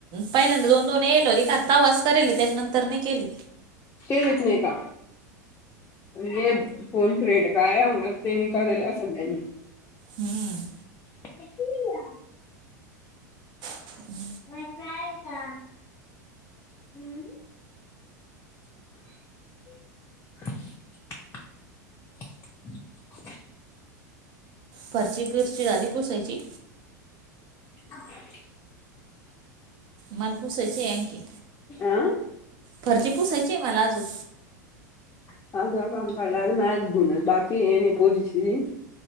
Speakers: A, on the right (about 45°); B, on the left (about 25°).
A: पहिल्यांदा दोन-दोन येल होते का आता वाच तरेले त्याच्यानंतर नाय केले.
B: कलेचं नाय का? आणि ये फोन फ्रेंड काय ते नी करेल असं. <unintelligible>
A: हम्म.
B: <unintelligible>
A: हम्
B: मग जायचा हम्म. <inaudible> हम्
A: फरची पीरची झाली पोसायची?
B: के
A: माल पूसायची ऐंकी
B: आं
A: फर्ची पुसायचीय आहे मला अजून.
B: <unintelligible>